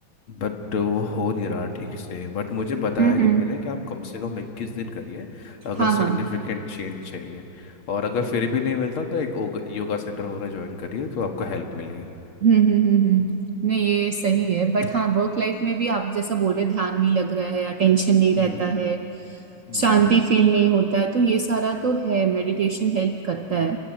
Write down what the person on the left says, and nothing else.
बट वो हो नहीं रहा ठीक से बट मुझे बताया
किसी ने कि आप कम से कम इक्कीस दिन करिए
अगर
सिग्निफिकेंट चेंज चाहिए और अगर फिर भी नहीं मिलता तो एक ओग- योगा सेंटर वगैरह ज्वाइन करिए तो आपको हेल्प मिलेगी
हम्म
हम्म